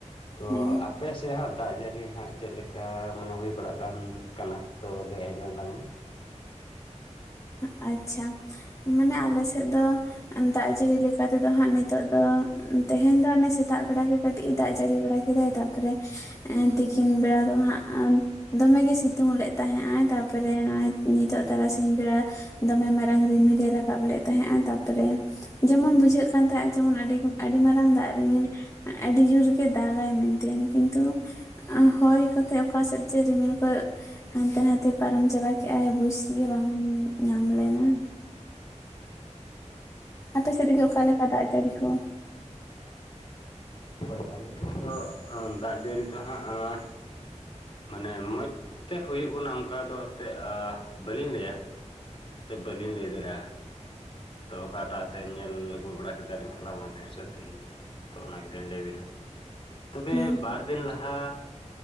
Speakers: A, on the left; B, on the left.
A: ᱛᱚ
B: ᱦᱮᱸ
A: ᱟᱯᱮ ᱥᱮᱫ ᱦᱚᱸᱜ ᱫᱟᱜ ᱡᱟᱹᱲᱤ ᱦᱟᱸᱜ ᱪᱮᱫ ᱞᱮᱠᱟ ᱢᱟᱱᱮ ᱦᱩᱭ ᱵᱟᱲᱟᱜᱟᱱ ᱠᱟᱱᱟ, ᱛᱚ ᱞᱟᱹᱭ ᱟᱸᱡᱚᱢ ᱟ ᱞᱟᱝ ᱢᱮ?
B: ᱟᱪᱪᱷᱟ, ᱢᱟᱱᱮ ᱟᱞᱮ ᱥᱮᱫ ᱫᱚ ᱫᱟᱜ ᱡᱟᱹᱲᱤ ᱞᱮᱠᱟ ᱛᱮ ᱫᱚ ᱦᱟᱸᱜ ᱱᱤᱛᱚᱜ ᱫᱚ ᱛᱮᱦᱮᱧ ᱫᱚ ᱚᱱᱮ ᱥᱮᱛᱟᱜ ᱵᱮᱲᱟ ᱜᱮ ᱠᱟᱹᱴᱤᱡ ᱫᱟᱜ ᱡᱟᱹᱲᱤ ᱵᱮᱲᱟ ᱠᱮᱫᱟᱭ, ᱛᱟᱨᱯᱚᱨᱮ ᱛᱤᱠᱤᱱ ᱵᱮᱲᱟ ᱫᱚ ᱦᱟᱸᱜ ᱫᱚᱢᱮᱜᱮᱭ ᱥᱤᱛᱩᱝ ᱞᱮᱫ ᱛᱟᱦᱮᱸᱜ ᱟᱭ ᱛᱟᱨᱯᱚᱨᱮ ᱱᱚᱜᱼᱚᱭ ᱱᱤᱛᱚᱜ ᱛᱟᱨᱟᱥᱤᱧ ᱵᱮᱲᱟ ᱫᱚ ᱢᱮ ᱢᱟᱨᱟᱝ ᱨᱤᱢᱤᱞᱮ ᱨᱟᱠᱟᱵ ᱞᱮᱫ ᱛᱟᱦᱮᱸᱜᱼᱟ᱾ ᱛᱟᱯᱚᱨᱮ ᱡᱮᱢᱚᱱ ᱵᱩᱡᱷᱟᱹᱜ ᱠᱟᱱ ᱛᱟᱦᱮᱸᱜ ᱡᱮᱢᱚᱱ ᱟᱹᱰᱤ ᱟᱹᱰᱤ ᱢᱟᱨᱟᱝ ᱫᱟᱜ ᱨᱤᱢᱤᱞ, ᱟᱹᱰᱤ ᱡᱳᱨ ᱜᱮ ᱫᱟᱜᱟᱭ ᱢᱮᱱᱛᱮ ᱠᱤᱱᱛᱩ ᱦᱚᱭ ᱠᱚᱛᱮᱫ ᱚᱠᱟ ᱥᱮᱫ ᱪᱮ ᱨᱤᱢᱤᱞ ᱠᱚ ᱦᱟᱱᱛᱮ ᱱᱟᱛᱮ ᱯᱟᱨᱚᱢ ᱪᱟᱵᱟ ᱠᱮᱜᱼᱟ, ᱵᱩᱡᱽ ᱜᱮ ᱵᱟᱝ ᱧᱟᱢ ᱞᱮᱱᱟ ᱾ ᱟᱯᱮᱥᱮᱫ ᱜᱮ ᱚᱠᱟ ᱞᱮᱠᱟ ᱫᱟᱜ ᱡᱟᱹᱲᱤ ᱠᱚ?
A: ᱦᱳᱭ ᱟᱞᱮ ᱴᱮᱱ ᱫᱚ ᱾ ᱦᱚᱸ ᱫᱟᱜ ᱡᱟᱹᱲᱤ ᱛᱮ ᱦᱟᱸᱜᱼᱟ ᱾ ᱢᱟᱱᱮ ᱢᱚᱡᱽ ᱛᱮ ᱦᱩᱭᱩᱜ ᱠᱟᱱᱟ ᱚᱱᱠᱟ ᱫᱚ ᱛᱮᱫ ᱵᱟᱹᱞᱤᱧ ᱞᱟᱹᱭᱟ ᱾ ᱥᱮ ᱵᱟᱞᱤᱧ ᱞᱟᱹᱭ ᱫᱟᱲᱮᱭᱟᱜᱼᱟ ᱾ ᱛᱚ ᱚᱠᱟᱴᱟᱜ ᱟᱛᱮᱧ ᱧᱮᱞ ᱟᱹᱜᱩ ᱵᱟᱲᱟ ᱠᱮᱫᱟ ᱞᱤᱧ ᱦᱚᱞᱟ ᱢᱟ ᱫᱷᱮᱨ ᱥᱮᱫ ᱛᱮᱦᱮᱧ ᱦᱚᱸ᱾ ᱛᱚ ᱚᱱᱟ ᱜᱮᱛᱚᱧ ᱞᱟᱹᱭ ᱵᱤᱱᱟ ᱛᱚᱵᱮ
B: ᱦᱮᱸ
A: ᱵᱟᱨ ᱫᱤᱱ ᱞᱟᱦᱟ